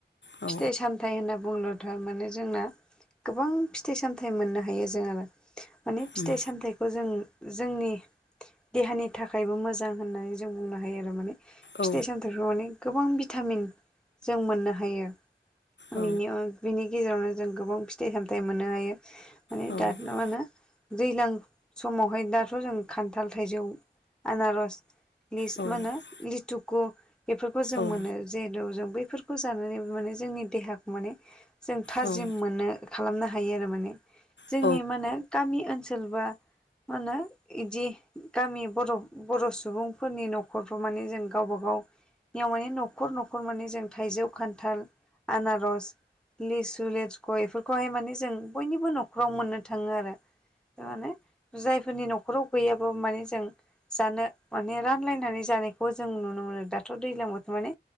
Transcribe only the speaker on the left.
औ
उम
औ
औ
औ
औ
औ
औ
औ